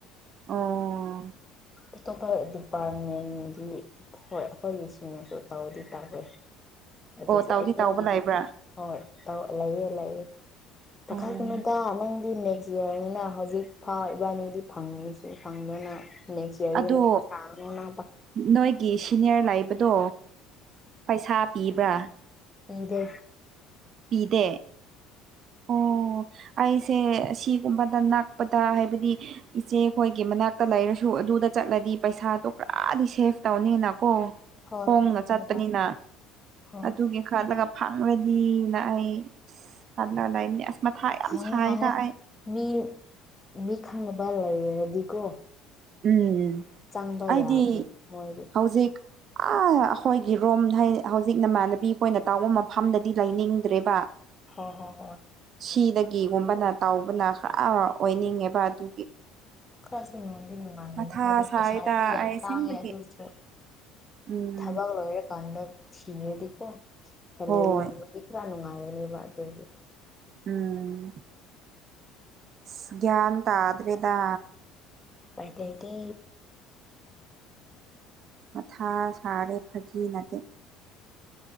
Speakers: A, on the right; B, on the left.
A: ꯑꯣ꯫
B: ꯑꯇꯣꯞꯄ ꯗꯤꯄꯥꯔꯠꯃꯦꯟꯒꯤ ꯍꯣꯏ ꯑꯩꯈꯣꯏ ꯃꯤꯁꯤꯡꯅꯁꯨ ꯇꯧꯗꯤ ꯇꯥꯋꯦ ꯑꯗꯨꯁꯨ
A: ꯑꯣ ꯇꯥꯎꯗꯤ
B: ꯑꯩꯈꯣꯏꯒꯤꯗꯤ
A: ꯇꯥꯎꯕ ꯂꯩꯕ꯭ꯔꯥ
B: ꯍꯣꯏ ꯇꯧ ꯂꯩꯌꯦ-ꯂꯩꯌꯦ꯫ ꯄꯈꯠꯀꯅꯨꯗꯥ
A: ꯑꯣ
B: ꯅꯪꯗꯤ ꯅꯦꯛꯁ ꯌꯦꯔꯅꯤꯅ ꯍꯧꯖꯤꯛ ꯐꯥꯎ ꯏꯕꯥꯅꯤꯗꯤ ꯐꯪꯁꯨ ꯐꯪꯗꯅ ꯅꯦꯛꯁ ꯏꯌꯥꯔꯒꯤ
A: ꯑꯗꯣ
B: ꯃꯊꯥ ꯁꯥꯒꯅꯤꯅ꯫
A: ꯅꯣꯏꯒꯤ ꯁꯤꯅꯤꯌꯔ ꯂꯩꯕꯗꯣ ꯄꯩꯁꯥ ꯄꯤꯕ꯭ꯔꯥ꯫
B: ꯄꯤꯗꯦ꯫
A: ꯄꯤꯗꯦ꯫ ꯑꯣ ꯑꯩꯁꯦ ꯑꯁꯤꯒꯨꯝꯕꯗ ꯅꯛꯄꯗ ꯍꯥꯏꯕꯗꯤ ꯏꯆꯦꯈꯣꯏꯒꯤ ꯃꯅꯥꯛꯇ ꯂꯩꯔꯁꯨ ꯑꯗꯨꯗ ꯆꯠꯂꯗꯤ ꯄꯩꯁꯥꯗꯣ ꯄꯨꯔꯥꯗꯤ ꯁꯦꯚ ꯇꯧꯅꯤꯅꯀꯣ꯫
B: ꯍꯣꯏ
A: ꯈꫭꯡꯅ
B: ꯑꯗꯨꯅꯦꯕ
A: ꯆꯠꯄꯅꯤꯅ
B: ꯍꯣꯏ
A: ꯑꯗꯨꯒꯤ ꯈꯠꯂꯒ ꯐꯪꯔꯗꯤꯅ ꯑꯩ ꯑꯁ ꯈꯠꯂꯒ ꯂꯩꯅꯤ ꯑꯁ ꯃꯊꯥ ꯌꯥꯝ
B: ꯍꯪꯉꯣ-ꯍꯪꯉꯣ
A: ꯁꯥꯏꯗ ꯑꯩ
B: ꯃꯤ ꯃꯤ ꯈꯪꯅꯕ ꯂꯩꯔꯗꯤꯀꯣ꯫
A: ꯎꯝ
B: ꯆꯪꯕ ꯌꯥꯕꯅꯦ
A: ꯑꯩꯗꯤ
B: ꯃꯣꯏꯗꯤ
A: ꯍꯧꯖꯤꯛ ꯑ ꯑꯈꯣꯏꯒꯤ ꯔꯣꯝ ꯍꯥꯏ ꯍꯧꯖꯤꯛ ꯅꯃꯥꯟꯅꯕꯤ ꯈꯣꯏꯅ ꯇꯥꯎꯕ ꯃꯐꯝꯗꯗꯤ ꯂꯩꯅꯤꯡꯗ꯭ꯔꯦꯕ꯫
B: ꯍꫭ ꯍꯣ ꯍꯣꯏ꯫
A: ꯁꯤꯗꯒꯤꯒꯨꯝꯕꯅ ꯇꯥꯎꯕꯅ ꯈꯔ ꯑꯣꯏꯅꯤꯡꯉꯦꯕ ꯑꯗꯨ
B: ꯑ ꯈꯔꯁꯨ ꯅꯨꯡꯉꯥꯏꯗꯤ ꯅꯨꯡꯉꯥꯏꯒꯅꯤ
A: ꯃꯊꯥ
B: ꯍꯥꯏꯗꯤ
A: ꯁꯥꯏꯗ
B: ꯄꯩꯁꯥꯗꯤ ꯌꯥꯝ
A: ꯑꯩ ꯑꯁꯦꯡꯕꯒꯤ
B: ꯇꯥꯡꯉꯦ ꯑꯗꯨꯁꯨ
A: ꯎꯝ
B: ꯊꯕꯛ ꯂꯣꯏꯔꯀꯥꯟꯗ ꯊꯤꯔꯗꯤꯀꯣ ꯁꯦꯂꯔꯤ
A: ꯍꯣꯏ
B: ꯗꯤ ꯈꯔꯥ ꯅꯨꯡꯉꯥꯏꯔꯅꯨꯕ ꯑꯗꯨꯒꯤ꯫
A: ꯎꯝ ꯁ ꯒꯌ꯭ꯥꯟ ꯇꯥꯗꯔ꯭ꯦꯗꯥ꯫
B: ꯄꯥꯏ ꯂꯩꯇꯦ꯫
A: ꯃꯊꯥ ꯁꯥꯔꯦ ꯐꯒꯤ ꯅꯠꯇꯦ꯫